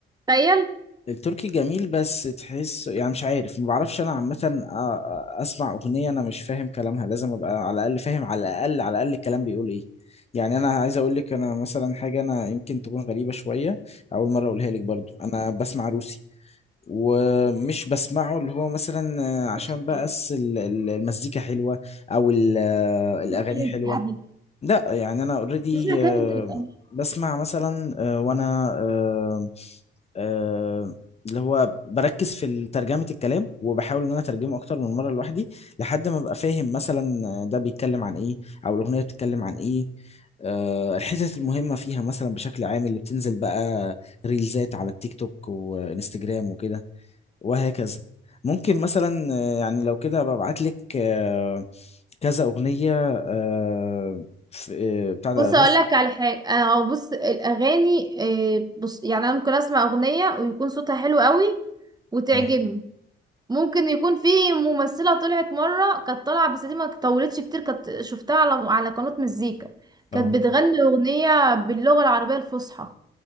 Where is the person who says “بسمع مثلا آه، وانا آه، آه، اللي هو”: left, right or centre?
Left